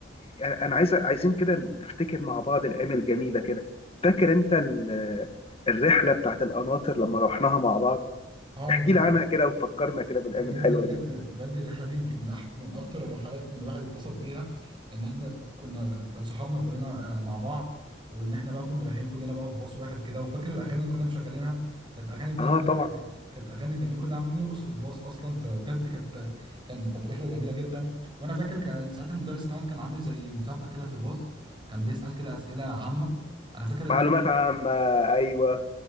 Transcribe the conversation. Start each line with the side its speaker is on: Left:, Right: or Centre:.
Left: يعني انا عايز عايزين كده نفتكر مع بعض الايام الجميله كده فاكر انت ال- الرحله بتاعت القناطر لما رحناها مع بعض
Right: اه
Left: احكي
Right: بجد
Left: لي عنها كده وفكرنا كده بالايام
Right: بجد
Left: الحلوه
Right: الرحلة
Left: دي
Right: بجد الرحلة دي يمكن من أح من أكتر الرحلات إن الواحد اتبسط بيها إن إحنا كنا كانت صحابنا كلنا آه، مع بعض وإن إحنا بقى كنا رايحين كلنا بقى في باص واحد كده وفاكر الأغاني اللي كنا مشغلينها كانت أغاني بجد
Left: اه طبعا
Right: <laughs> كانت أغاني جميلة كنا عاملين نرقص في الباص أصلا فبجد كانت كان كانت رحلة جميلة جدا وأنا فاكر كان ساعتها المدرس كمان كان عامل زي مسابقة كده في الباص كان بيسأل كده أسئلة عامة أنا فاكر إن
Left: معلومات
Right: أنا
Left: عامه ايوه